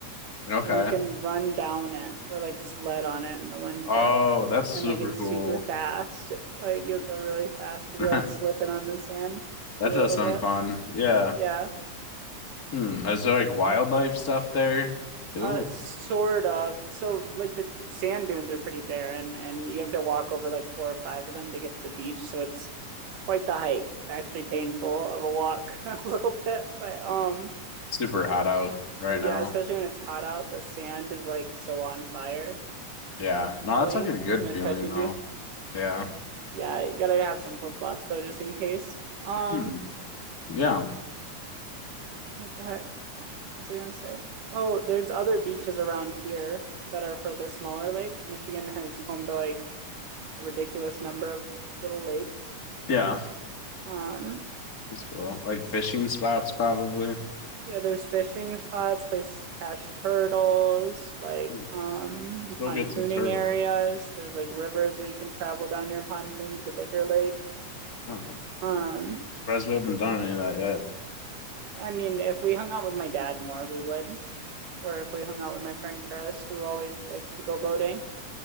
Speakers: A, on the left; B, on the right.
A: Okay.
B: and you can run down it or like sled on it in the winter.
A: Oh, that's super
B: And like it's
A: cool.
B: super fast. Like you'll go really fast because
A: <laughs>
B: you're like slipping on the sand
A: That
B: too
A: does
B: a little
A: sound
B: bit.
A: fun. Yeah.
B: Yeah.
A: Hmm. Is there like wildlife stuff there too?
B: Uh, sort of. So, like the sand dunes are pretty barren, and you have to walk over like four or five of them to get to the beach. So it's quite the hike. It's actually painful of a walk <laughs> a little bit, but um,
A: Super hot out right
B: yeah,
A: now.
B: especially when it's hot out, the sand is like so on fire
A: Yeah. No,
B: feeling
A: that's like a good
B: when it
A: feeling
B: touches
A: though.
B: you.
A: Yeah.
B: Yeah, you gotta have some flip flops though, just in case. Um,
A: Hmm. Yeah.
B: what the heck? What was I gonna say? Oh, there's other beaches around here that are for the smaller lakes. Michigan has home to like a ridiculous number of little lakes.
A: Yeah.
B: Um,
A: It's cool. Like fishing spots probably.
B: yeah, there's fishing spots, places to catch turtles, like
A: Hmm.
B: um
A: Let's go
B: pontooning
A: get some turtle.
B: areas. There's like rivers where you can travel down your pontoon to the bigger lakes.
A: Oh.
B: Um,
A: Surprised we haven't done any of that yet.
B: I mean, if we hung out with my dad more, we would, or if we hung out with my friend Chris, who always likes to go boating.